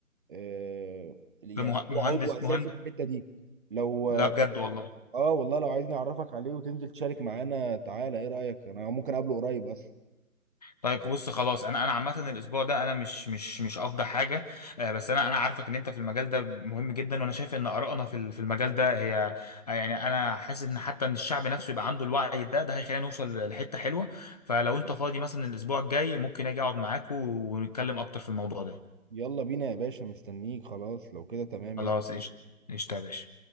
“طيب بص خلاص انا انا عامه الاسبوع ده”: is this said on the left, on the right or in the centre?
Left